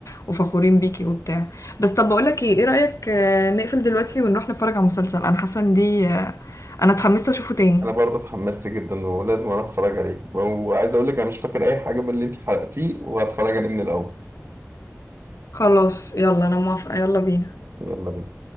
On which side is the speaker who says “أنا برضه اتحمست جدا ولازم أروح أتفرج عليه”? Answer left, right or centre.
Right